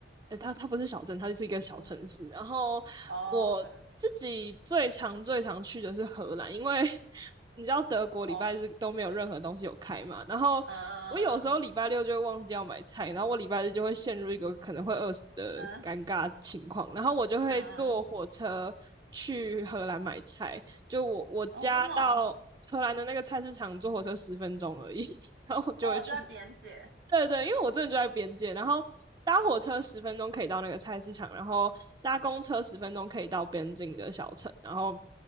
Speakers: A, on the right; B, on the right.
A: 呃，它它不是小镇，它就是一个小城市。
B: 嗯，
A: 然后我自己最常最常去的是荷兰，
B: 哦，OK，
A: 因为 <laughs> 你知道德国礼拜日都没有任何东西有开嘛。
B: 哦，很
A: 然后我有时候礼拜六就会忘记要买菜，
B: 嗯
A: 然后我礼拜日就会陷入一个可能会饿死的尴尬情况，
B: 嗯
A: 然后我就会坐火车去荷兰买菜。
B: 嗯，嗯
A: 就我我家到荷兰的那个菜市场坐火车十分钟而已，
B: 哦，真的哦，
A: <laughs> 然后我就会去。
B: 哦，就在边界，
A: 对对，因为我真的就在边界，然后搭火车十分钟可以到那个菜市场，然后搭公车十分钟可以到边境的小城，然后